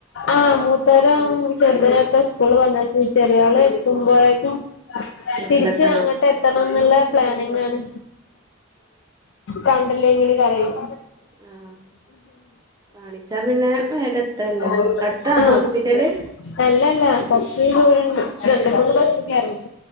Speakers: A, on the left; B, on the right.
A: ആഹ് മൂത്തരം ചെറുതിനൊക്കെ സ്കൂള് പറഞ്ഞയച്ചേച് ചെറിയാള് എത്തുമ്പോഴേക്കും
B: വീട്ടിലെത്തണം
A: തിരിച്ച് അങ്ങോട്ട് എത്തണം എന്നുള്ള പ്ലാനിങ് ആണ് കണ്ടില്ലെങ്കില് കരയും
B: ആഹ് കാണിച്ചാ പിന്നെ വേഗം എത്തല്ലോ
A: <inaudible>
B: അടുത്താണോ
A: ഉം
B: ഹോസ്പിറ്റല്
A: അല്ലല്ല കൊറച്ച് ദൂരണ്ട് രണ്ട് മൂന്ന് ബസ് കേറണം